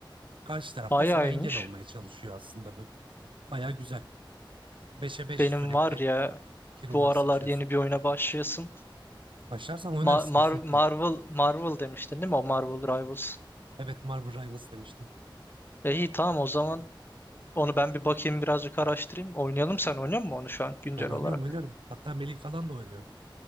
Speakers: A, on the right; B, on the left.
A: Karşı tarafta
B: Bayağı
A: sana engel
B: iyiymiş.
A: olmaya çalışıyor aslında. Böyle bayağı güzel. beşe 5
B: Benim
A: sürekli
B: var ya
A: hero'ları
B: bu aralar
A: seçiyorsun.
B: yeni bir oyuna başlayasım.
A: Başlarsan oynarız
B: Ma- Mar
A: kesinlikle.
B: Marvel Marvel demiştin değil mi? O Marvel Rivals.
A: Evet Marvel Rivals demiştim.
B: E iyi tamam o zaman onu ben bir bakayım birazcık araştırayım. Oynayalım sen oynuyor musun onu şu an güncel
A: Ben oynuyorum
B: olarak?
A: oynuyorum. Hatta Melih falan da oynuyor.